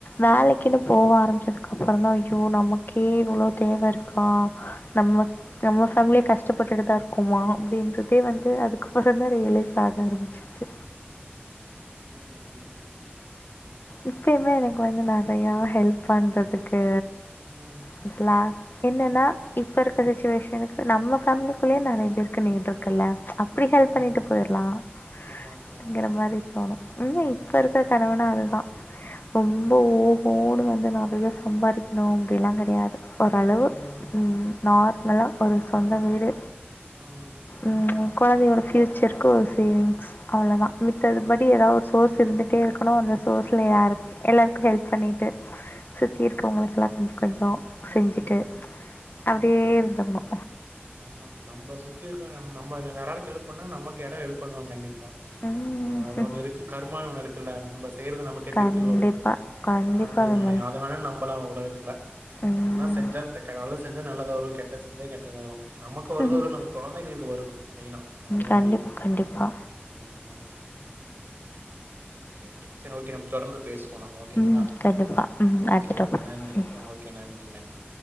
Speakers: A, on the left (about 55°); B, on the right (about 55°).
A: வேலைக்குன்னு போக ஆரம்பிச்சதுக்கு அப்புறம் தான் அய்யோ நமக்கே இவ்ளோ தேவ இருக்கா நம்ம
B: ம். ம்.
A: நம்ம பேமிலியே கஷ் டப்பட்டுட்டுதா இருக்கோமா அப்டின்றதே வந்து அதுக் அப்றோந்தா ரியலேஸ் ஆக ஆரம்பிச்சிச்சு
B: ம்.
A: இப்பயுமே
B: ம்.
A: எனக்கு வந்து நெறையா ஹெல்ப் பண்றதுக்கு
B: ம்
A: குட்லாக் என்னன்னா இப்ப இருக்க சிச்சுவேஷனுக்கு நம்ம ஃபேமிலிக்குள்ளயே நெறைய பேருக்கு நீங்க தொக்குல்ல அப்டி
B: ம்.
A: ஹெல்ப் பண்ணிட்டு போயிறலா
B: ஆமாமாமா.
A: அப்டிங்கற மாரி தோணு இப்ப
B: ம்.
A: இருக்க கனவு னா அது தா ரொம்ப ஓ ஓகோன்னு வந்து நெறைய சம்பாதிக்கணு அப்டிலா கெடையாது ஓரளவு
B: ம்.
A: ம் நார்மலா ஒரு சொந்த வீடு
B: ம்.
A: ம் கொழந்தையோட ஃப்யூச்சர்க்கு ஒரு சேவிங்ஸ் அவ்ளோதா மித்ததுபடி
B: அவ்ளோதான்.
A: ஏதாவது ஒரு சோர்ஸ் ஸ் இருந்துட்டே இருக்கணு அந்த சோர்ஸ்ல யாருக் எல்லாருக்கு ஹெல்ப் பண்ணிட்டு சுத்தி இருக்கவங்களுக் அதல்லா கொஞ்சோ கொஞ்சோ செஞ்சுட்டு
B: ம். ம்.
A: அப்டியே இருந்தணு
B: ஆமா நம்ம சுத்தி இருக்கோ நம்ம நம்ம வேறாலுக்கு ஹெல்ப் பண்ணா நமக்கு யாரா ஹெல்ப் பண்ணுவா கண்டிப் பா
A: ம்
B: அது ஒண்ணு இருக்கு கருமா ஒண்ணு இருக்குல்ல நம்ம செய்யறது நமக் கே
A: கண்டிப்பா
B: திருப்பி வரு
A: கண்டிப்பா
B: அது
A: விமல்
B: ஒண்ணு அத வேணா நம்பலா உலகத்துல
A: ம்
B: என்ன செஞ்சால் ட்ட நல்ல தா செஞ்ச நல்தா வரு கெட்ட செஞ்சா கெட்டதா வரு நமக்கு வருதோ
A: ம்
B: இல்லயோ நமக் கொழந்தைகளுக்கு வருது மெயினா அது ஒண்ணு
A: கண்டிப்பா
B: இருக்கு
A: கண்டிப்பா
B: ம் ஒகே ஒகே சேரி ஓகே நம்ம தொடர்ந்து பேசு வோனா ஓகேங்களா
A: ம் கண்டிப்பா ம்
B: ஓகே
A: அடுத்த
B: ஓகே
A: டாபிக்
B: நன்றி
A: ம்
B: ஓகே நன்றி நன்றி